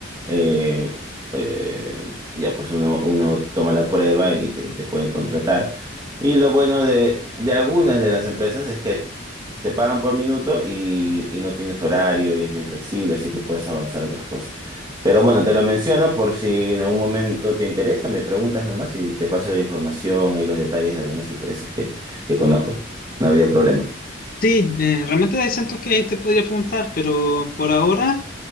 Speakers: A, on the right; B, on the left.
A: eh, eh, ya pues uno, uno toma la prueba y te, y te pueden contratar. Y lo bueno de, de algunas de las empresas es que te pagan por minuto y, y no tienes horario y es bien flexible, así que puedes avanzar otras cosas. Pero bueno, te lo menciono por si en algún momento te interesa, me preguntas nomás y te paso la información, y los detalles de algunas empresas que, que conozco. No había problema.
B: Sí, eh, realmente hay cientos que ahí te podría preguntar, pero por ahora